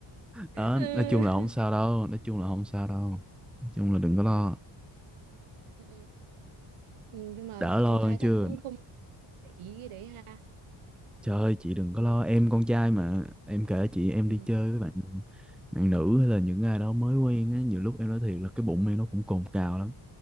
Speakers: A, in the centre; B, on the right (about 85°).
A: đó
B: ừ.
A: nói chung là không sao đâu nói chung là không sao đâu nói chung là đừng có lo
B: Ừ. nhưng mà
A: đỡ lo
B: con
A: hơn
B: trai
A: chưa
B: chắc cũng không để ý cái đấy ha
A: trời ơi chị đừng có
B: ừ.
A: lo em con trai mà em kể chị em
B: Ừ.
A: đi chơi với bạn bạn nữ hay là những ai đó mới quen á nhiều lúc em nói thiệt là cái bụng em nó cũng cồn cào lắm